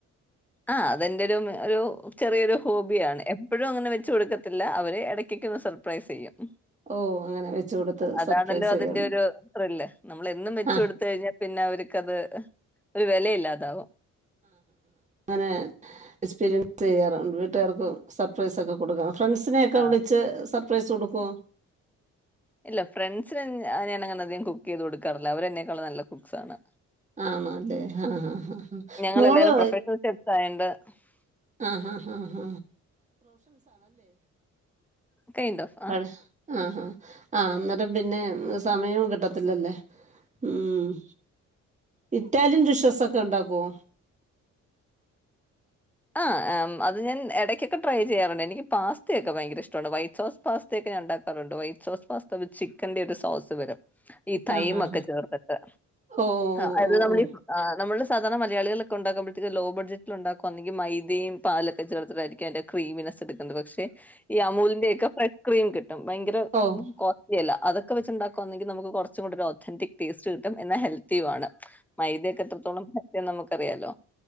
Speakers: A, in the centre; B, on the right.
A: ആഹ് അത് എന്റെയൊരു ഒരു ചെറിയൊരു ഹോബിയാണ്. എപ്പോഴും അങ്ങനെ വച്ച് കൊടുക്കത്തില്ല, അവരെ ഇടക്കിടയ്ക്ക് ഒരു സർപ്രൈസ് ചെയ്യും. ഉം
B: ഓഹ് അങ്ങനെ വെച്ച് കൊടുത്ത്
A: അതാണല്ലോ
B: സർപ്രൈസ് ചെയ്യാൻ
A: അതിന്റെ ഒരു ത്രില്ല്, നമ്മള് എന്നും വെച്ചു
B: ആഹ്
A: കൊടുത്തു കഴിഞ്ഞാൽ പിന്നെ അവർക്ക് അത്. ഒരു വെലയില്ലാതാകും
B: ന് എക്സ്പീരി യ്യാർ വീട്ടുകാർക്ക് സർപ്രൈസ് ഓക്കേ കൊടുക്കാ ഫ്രണ്ട്സിനെ ഒക്കെ
A: ആ
B: വിളിച്ച് സ പ്രൈസ് കൊടുക്കോ?
A: ഇല്ല ഫ്രണ്ട്സിന് ഞാൻ അധികം കുക്ക് ചെയ്തു കൊടുക്കാറില്ല അവരെന്നെക്കാൾ നല്ല കുക്കാണ്
B: ആണോ അതെ ആ ആ
A: ഞങ്ങളെല്ലാരും
B: മോള്
A: പ്രൊഫഷണൽ ഷെഫ്സ് <inaudible>
B: ആ ആആ ആ <unintelligible> <inaudible> <unintelligible>
A: കൈൻഡ് ഓഫ് ആഹ്.
B: അ ആ ആ അന്നേരം പിന്നെ സമയവും കിട്ടത്തില്ലല്ലേ മ് ഇറ്റാലിയൻ ഡിഷ സൊക്കെ ഉണ്ടാക്കുവോ
A: ആ ആ മ്മ് അത് ഞാൻ എടക്കൊക്കെ ട്രൈ ചെയ്യാറുണ്ട് എനിക്ക് പാസ്തയൊക്കെ ഭയങ്കര ഇഷ്ടണ്ട് വൈറ്റ് സോസ് പാസ്തയൊക്കെ ഞാൻ ണ്ടാക്കാറുണ്ട് വൈറ്റ് സോസ് പാസ്ത ചിക്കന്റെയൊക്കെ ഒരു സോസ് വരും ഈ തമൊക്കെ
B: ആഹ് ആഹ്
A: ചേർത്തിട്ട്
B: ഓഹ്
A: അതയത്
B: ഓഹ്
A: നമ്മളീ നമ്മള് സാധാരണ മലയാളികളൊഒക്ക ഉണ്ടാക്കുമ്പഴത്തേക്ക് ലോ ബഡ്ജറ്റിൽ ഉണ്ടാക്കും ഒന്നെങ്കി മൈദയും പാലൊക്കെ ചേർത്തിട്ടായിരിക്കാം അയിന്റെ ക്രീമിനസ് എടുക്കുന്നത് പക്ഷെ ഈ അമൂലിന്റെയൊക്കെ ഫ്രൺ ക്രീംക് ഭയങ്കര
B: ഓഹ് ഓഹ്
A: കോസ്റ്റ്ലി അല്ല അതൊക്കെ വെച്ച്ണ്ടാക്കുകവാന്നെങ്കി നമുക്ക് കുറച്ചുകൂടെ ഒരു ഒതന്റിക് ടേസ്റ്റ് കിട്ടും എന്നാ ഹെൽത്തിയുആണ് മൈദയൊക്കെ എത്രത്തള <unintelligible> നമുക്ക് അറിയാലോ